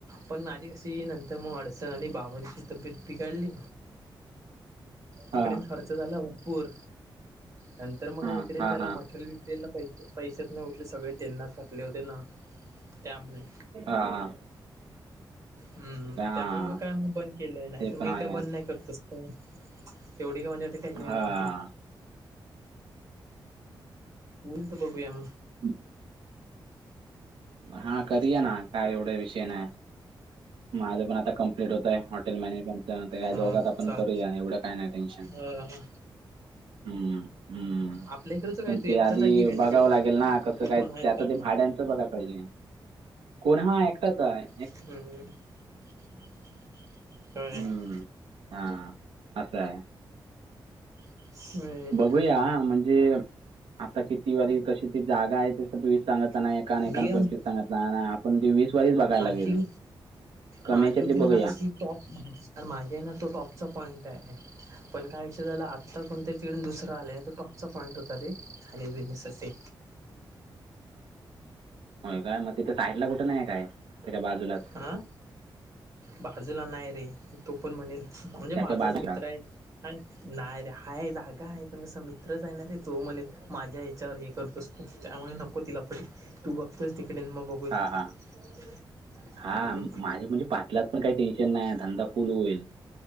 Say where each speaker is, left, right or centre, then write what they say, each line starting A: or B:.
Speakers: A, on the right; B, on the right.
A: पण माझी कस ती नंतर मग अडचण आली आणि बाबांची तब्येत बिघडली तिकडे
B: हां
A: मग खर्च झाला भरपूर नंतर मग
B: हां
A: इकडे
B: हां
A: काय त्याला
B: हां
A: मटरेल बीटृरेलला पैसेच नाही उरले सगळे. त त्यांना टाकले होते ना त्यामुळे
B: हा हा.
A: हम्म
B: हां
A: त्यामुळे मग काय बंद केले नाही
B: ते पण
A: मी
B: आहे
A: नाही तर तसं नाही बंद करणार मी. तेवढी काय माझ्यासाठी हे
B: हां
A: नव्हती. मीलत बघूया मग
B: हम् हा करूया ना काय एवढा विषय नाय. माझं पण आता कम्प्लीट होतंय हॉटेल मॅनेजमेंट. त्यानंतर काय आपण
A: हा
B: दोघात
A: चाल
B: करूया एवढं काय नाय टेन्शन.
A: ह
B: हम्म हम्म
A: आपल्या इकडचं काय
B: पण
A: तू एकटाच
B: ते आधी
A: आहे की काय
B: बघावं
A: तिकडे
B: लागेल ना कसं.
A: कि
B: काय
A: कोण आहेत
B: त्याच
A: का
B: ते भाड्यांचं बघाय पाहिजे कोण हा एकटाच हाय.
A: हम्म.
B: हम्म हां असं हाय.
A: <unintelligible>
B: बघूया म्हणजे? आता किती वारी कशी ती जागा आहे. तवीस सांगितला नाही एकाने
A: मी
B: एका
A: काय म्हणतो
B: पंचवीस सांगितला नाही. पण ती वीस वालीच बघायला
A: माझी
B: लागेल कमी
A: माझी
B: याच्यातली
A: होती ना
B: बघूया.
A: सांगा ती टॉप अरे मागे हाय ना, तो टॉपचा पॉइंट हाय. पण काय विषय झाला आत्ता कोणतरी तिकडून दुसरां आलाय तर टॉपचा पॉईंट होता ते बिझनेस साठी.
B: व्हय काय मग तिथं साईडला कुठे नाय हाय काय? त्याच्या बाजूलाच
A: हां बाजूला नाही रे तू पण म्हणेल
B: त्याच्या
A: माझाच
B: बाजूला
A: मित्र हाय. नाही रे हाय जागा आहे पण कस मित्रच आहेणार रे तो म्हणेल माझ्या या्याच्यावर हे करतोस. त्यामुळे नको ती लफडी तू बघतोयस तिकडे बघू.
B: हां. हां.
A: <inaudible>
B: हा
A: हम्म
B: माझे म्हणजे पाच <unintelligible> पण काही टेन्शन नाही धंदा फुल होईल.